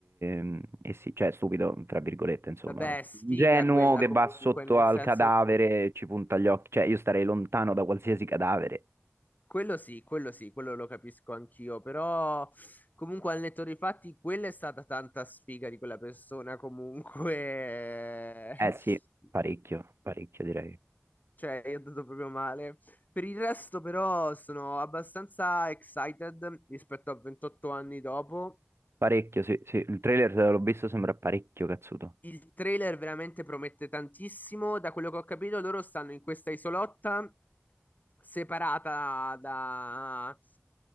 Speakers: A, on the right; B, on the left.
A: mm, e si- cioè stupido, tra virgolette, insomma,
B: vabbè, sfiga
A: ingenuo
B: quella
A: che
B: comunque,
A: va sotto
B: nel
A: al
B: senso
A: cadavere e ci punta gli occhi. Cioè, io starei lontano da qualsiasi cadavere.
B: Quello sì, quello sì, quello lo capisco anch'io, però comunque al netto dei fatti quella è stata tanta sfiga di quella persona comunque,
A: Eh
B: <laughs>
A: sì, parecchio, parecchio direi.
B: cioè io ho dato proprio male. Per il resto però sono abbastanza excited rispetto a 28 anni dopo
A: Parecchio, sì, sì. Il trailer l'ho visto, sembra parecchio cazzuto.
B: Il trailer veramente promette tantissimo. Da quello che ho capito, loro stanno in questa isolotta separata da,